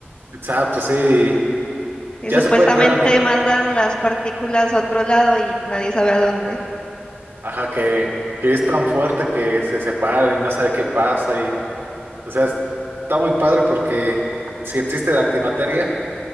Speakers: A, on the right; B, on the left.
A: exacto, sí,
B: que
A: ya
B: supuestamente
A: se puede crear antimateria
B: mandan las partículas a otro lado y nadie sabe a dónde.
A: Ajá, que, que es tan fuerte que se separan y no sabe qué pasa y, o sea, es- está muy padre porque si existe la antimateria,